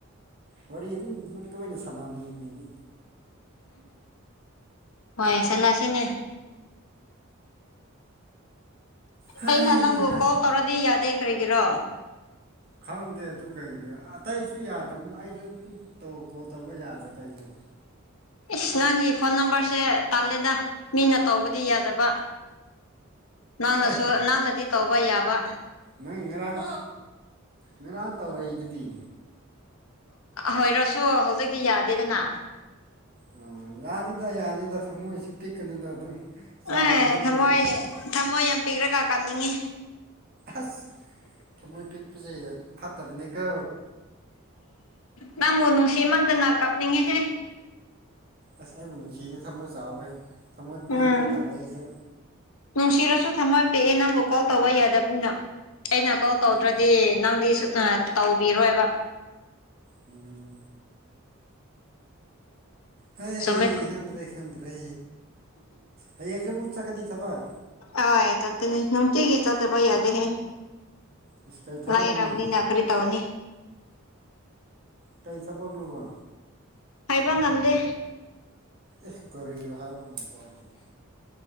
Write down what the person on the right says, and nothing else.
ꯋꯥꯔꯤ ꯑꯗꯨꯝ ꯇꯣꯏꯅ ꯁꯥꯟꯅꯅꯤꯡꯉꯤ ꯑꯩꯗꯤ꯫
ꯍꯩꯍꯥ
ꯈꯪꯗꯦ ꯑꯗꯨ ꯀꯩꯒꯤꯔ ꯑꯇꯩꯁꯨ ꯌꯥꯗꯕ ꯑꯩꯁꯨ ꯫ ꯇꯧ ꯀꯣꯜ ꯇꯧꯕ ꯌꯥꯗ ꯇꯧꯁꯨꯌꯨ꯫
ꯑꯩ
ꯅꯪ ꯉꯔꯥꯡ ꯉꯔꯥꯡ ꯇꯧꯔꯛꯏꯗꯨꯗꯤ꯫
ꯑꯥ ꯌꯥꯅꯤꯗ ꯌꯥꯅꯤꯗ ꯊꯃꯣꯏꯁꯨ ꯄꯤꯛꯀꯅꯨꯗ ꯑꯗꯨꯝ꯫ ꯆꯥꯎꯅ
ꯂꯦꯞꯄ
ꯂꯩꯌꯨꯗ
ꯑꯁ ꯊꯝꯃꯣꯏ ꯄꯤꯛꯄꯁꯦ ꯐꯠꯇꯕꯅꯤꯀꯣ꯫
ꯑꯁ ꯑꯩꯕꯨ ꯅꯨꯡꯁꯤꯗꯤ ꯊꯃꯣꯏ ꯆꯥꯎꯋꯦ ꯊꯃꯣꯏ
ꯄꯤꯗꯤ ꯇꯜꯂ‌ꯦ ꯑꯩꯁꯨ꯫
ꯎꯝ
ꯎꯝ ꯍꯩ
ꯈꯪꯗ꯭ꯔꯦ꯫ ꯈꯪꯗ꯭ꯔꯦ ꯍꯌꯦꯡꯁꯨ ꯃꯨꯛ ꯆꯠꯀꯅꯤ ꯊꯕꯛ꯫
ꯑꯁ ꯀꯩ ꯊꯕꯛꯅꯣꯅꯦ
ꯀꯩ ꯊꯕꯛꯅꫭꯕ꯫
ꯢꯁ ꯀꯔꯤꯔ ꯍꯥꯏꯕ ꯉꯝꯗꯦ ꯍꯥꯏꯁꯤꯕꯨ꯫